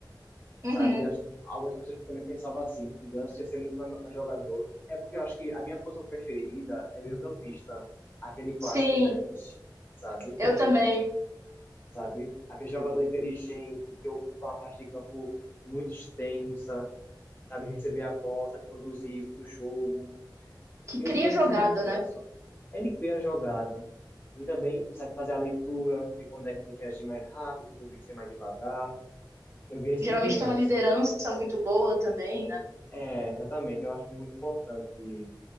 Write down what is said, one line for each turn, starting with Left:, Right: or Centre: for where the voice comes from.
Right: Uhum.
Left: sabe? Acho que Algumas pessoas também pensavam assim, que Ganso ia ser muito mais, mais jogador. É porque eu acho que a minha posição preferida é meio-campista, aquele clássico
Right: Sim,
Left: 10, sabe?
Right: eu
Left: Aquele,
Right: também.
Left: sabe? Aquele jogador inteligente que ocupa uma faixa de campo muito extensa, sabe receber a bola, sabe conduzir o jogo.
Right: que
Left: E
Right: cria
Left: eu via
Right: jogada,
Left: isso muito no
Right: né?
Left: Ganso. Ele cria a jogada e também sabe fazer a leitura de quando é que tem que agir mais rápido, quando tem que ser mais devagar. Eu via isso
Right: Geralmente
Left: muito no Ganso.
Right: tem uma liderança muito boa também, né?
Left: É, exatamente. Eu acho muito importante